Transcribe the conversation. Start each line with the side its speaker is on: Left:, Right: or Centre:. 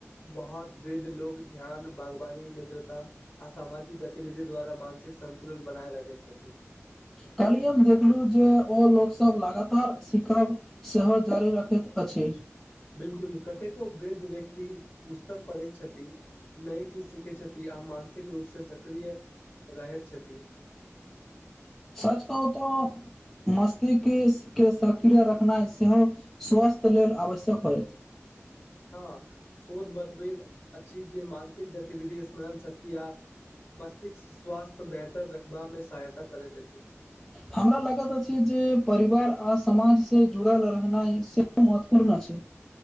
Left: बहुत वृद्ध लोग ध्यान बागवानी मित्रता आ सामाजिक गतिविधि द्वारा मानसिक सन्तुलन बनाय रखे छथि
Centre: काल्हि हम देखलहु जे ओ लोकसभ लगातार सिखब सेहो जारी रखैत अछि
Left: बिलकुल कतेको वृद्ध व्यक्ति पुस्तक पढ़ैत छथि नइ चीज सिखे छथि आ मानसिक रूप से सक्रिय रहैत छथि
Centre: सच कहू तऽ मस्तिष्क के सक्रिय रखनाइ सेहो स्वास्थ्य लेल आवश्यक होयत
Left: हँ शोध बतभेद अच्छी जे मानसिक गतिविधि स्मरण शक्ति आ मष्तिष्क स्वास्थ्य बेहतर रखबामे सहायता करैत अछि
Centre: हमरा लागत अछि जे परिवार आ समाज से जुड़ल रहनाइ सेहो महत्वपूर्ण अछि